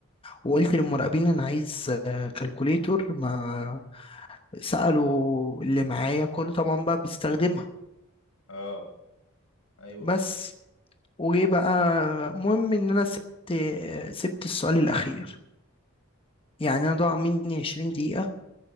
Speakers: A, on the left; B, on the left.
A: وقلت للمراقبين انا عايز كالكوليتور ما سألوا اللي معايا كله طبعا بقى بيستخدمها
B: اه ايوه
A: بس
B: فاهم
A: وجه بقى مهم ان انا سبت سبت السؤال الاخير يعني انا ضاع مني 20 دقيقة